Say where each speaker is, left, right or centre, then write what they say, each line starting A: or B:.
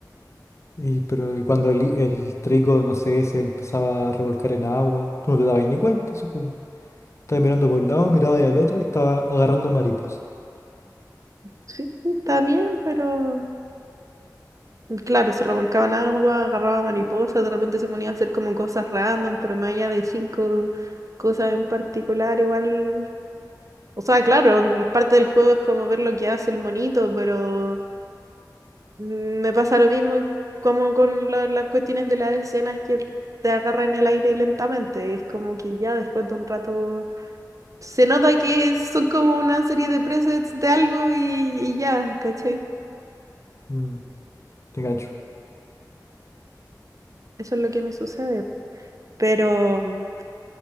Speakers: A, on the left; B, on the right.
A: y, pero y cuando el, el trigo, no sé, se empezaba a revolcar en agua, tú no te dabas ni cuenta, supongo. Estabas mirando por un lado, mirabas al otro y estaba agarrando mariposas.
B: Sí, está bien, pero claro, se revolcaba en agua, agarraba mariposas, de repente se ponía a hacer como cosas random, pero más allá de cinco cosas en particular, igual, o sea, claro, el- parte del juego es como ver lo que hace el monito, pero mm, me pasa lo mismo como con la- las cuestiones de las escenas que te agarran en el aire lentamente, es como que ya después de un rato se nota que son como una serie de presets de algo y, y ya, ¿cachai?
A: Mm, te gancho.
B: Eso es lo que me sucede. Pero mm,